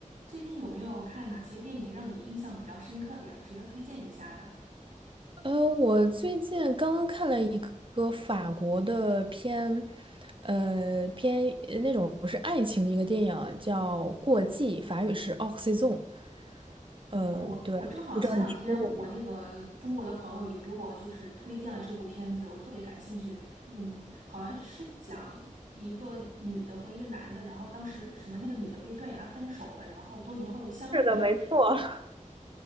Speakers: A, on the right (about 65°); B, on the right (about 40°).
A: 最近有没有看哪些电影让你印象比较深刻的呀？值得推荐一下的？
B: 呃，我最近刚刚看了一个法国的片，呃，片呃那种是爱情的一个电影，叫《过季》，法语是《o x y z o n e 呃，
A: 哦，我我正好前两天我那个中国的朋友也给我就是推荐了这部片子，
B: 对，不知道你听说过没？
A: 我特别感兴趣。嗯，好像是讲一个女的和一个男的，然后当时什么那个女的被断崖分手了，然后多年后又相遇，
B: 是的，
A: 是不是？
B: 没错。<laughs>